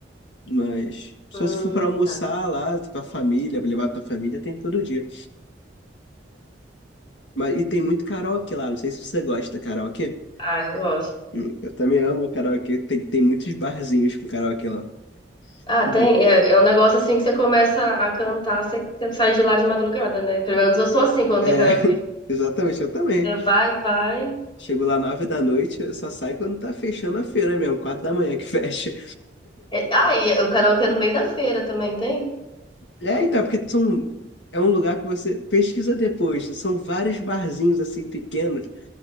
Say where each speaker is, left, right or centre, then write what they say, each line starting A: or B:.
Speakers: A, on the left; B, on the left.
A: Mas se
B: Hum,
A: você for para almoçar
B: tá.
A: lá com a família, pra levar a tua família, tem todo dia. Mas e tem muito karaokê lá, não sei se você gosta de karaokê.
B: Ah, eu gosto.
A: Hum, Eu também amo karaokê, tem, tem muitos barzinhos com karaokê lá.
B: Ah, tem.
A: Uhum.
B: É, é um negócio assim que você começa a cantar, você, você sai de lá de madrugada, né? Pelo menos eu sou assim quando
A: É,
B: tem karaokê.
A: <laughs> exatamente, eu também.
B: Você vai, vai.
A: Chego lá nove da noite, eu só saio quando tá fechando a feira mesmo, quatro da manhã que <laughs> fecha.
B: É, ah, e o karaokê é no meio da feira também tem?
A: É, então, porque são, é um lugar que você pesquisa depois. São vários barzinhos assim pequenos,